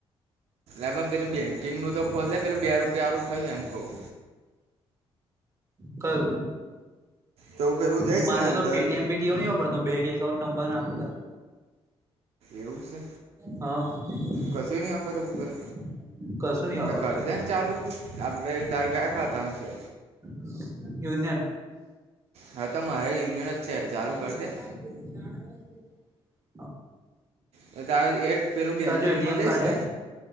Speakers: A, on the right; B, on the right.
A: એ પેલું બેંકિંગ નું તો ખોલે પેલું બે રૂપિયા સારું થયું એમ કઉું.
B: કયુ.
A: તો પેલું
B: હું
A: જઈશ
B: માજો
A: ને અંદર
B: તો પેટીએમ પીટીએમ ન વાપરતું બેં એકાઉન્ટ નંબર નાખોતાર.
A: એવું છે
B: <unintelligible>
A: કશું નહીં આપે તો ગૂગલ
B: હા કશું નહી વાપરતું.
A: તો કરી દે ને ચાલુ છ આપડે તારે કયા ખાતામાં છે.
B: <inaudible> યુનિયન.
A: હા તો મારે યુનિયન. છે ચાલુ
B: <inaudible>
A: કરી દે તો તારે એક પેલું બેંકિંગમાં
B: તાજો એટીએમ
A: જઈશ
B: કાર્ડ
A: ને
B: હે